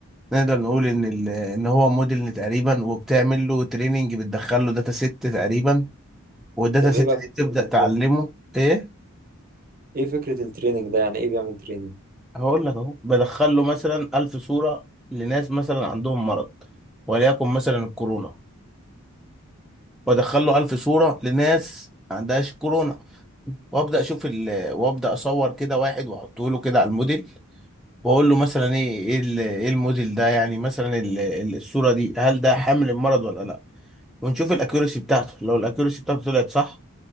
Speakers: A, in the centre; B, on the right.
A: نقدر نقول ان ال- ان هو موديل تقريبا وبتعمل له تريننج بتدخل له داتا ست تقريبا والداتا
B: طب
A: ست
B: ايه بقى فكره
A: دي تبدا
B: التريننج
A: تعلمه ايه
B: ايه فكره التريننج ده يعني ايه بيعمل تريننج
A: هقول لك اهو بدخل له مثلا 1000 صوره لناس مثلا عندهم مرض وليكن مثلا الكورونا وادخل له 1000 صوره لناس ما عندهاش كورونا وابدا اشوف ال... وابدا اصور كده واحد واحطه له كده على الموديل واقول له مثلا ايه ايه ال- إيه الموديل ده يعني مثلا ال... ال- الصوره دي هل ده حامل المرض ولا لا ونشوف الاكيورسي بتاعته لو الاكيورسي بتاعته طلعت صح